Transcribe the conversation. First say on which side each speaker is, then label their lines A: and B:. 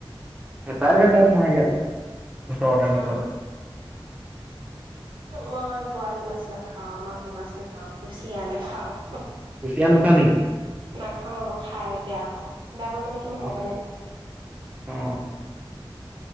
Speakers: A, on the right; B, on the right.
A: ভেতাই ভেতা তোমাৰ ইয়াত ওচৰতে
B: উম।
A: ওচৰত
B: মই বৰালি মাছ নাখাওঁ, মাগুৰ মাছ নাখাওঁ, কুচিয়া নাখাওঁ।
A: কুচিয়া নোখোৱা নেকি
B: নাখাওঁ আৰু খাই বেয়া পাওঁ। বেয়া পাওঁ মানে কি মই
A: অ
B: সৰু পৰাই নাখাওঁ।
A: অ